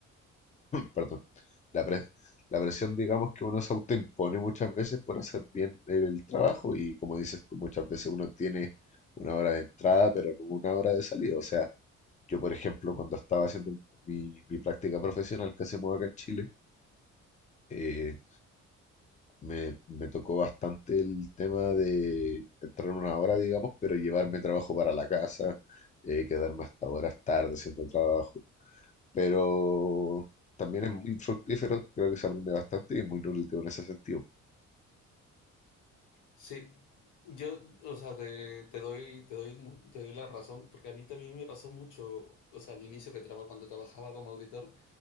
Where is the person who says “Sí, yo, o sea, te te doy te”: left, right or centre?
Left